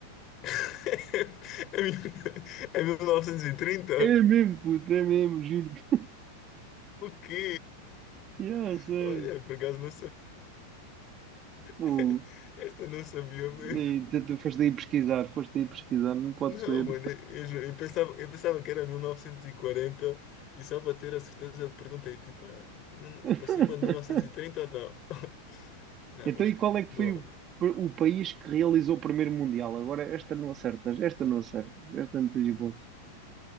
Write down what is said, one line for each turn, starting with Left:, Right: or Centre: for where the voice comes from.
Left: <laughs> É 1930?
Right: É, é mesmo, puto, é mesmo, juro-te.
Left: O quê?
Right: Yeah,
Left: <laughs>
Right: sério.
Left: Olha, por acaso não
Right: Pô,
Left: <laughs> Esta não sabia mesmo.
Right: e tu, tu foste aí pesquisar, foste aí pesquisar, não pode
Left: Não,
Right: ser.
Left: mano, eu, eu juro, eu pensava, eu pensava que era 1940 e quarenta e só para ter a certeza perguntei, tipo, ah, mil-
Right: <laughs>
Left: para cima de 1930 ou não? <laughs> Não,
Right: Então,
Left: mas
Right: e
Left: tá
Right: qual é que
Left: bobo.
Right: foi o, o país que realizou o primeiro Mundial? Agora, esta não acertas, esta não acertas, esta não tens hipótese.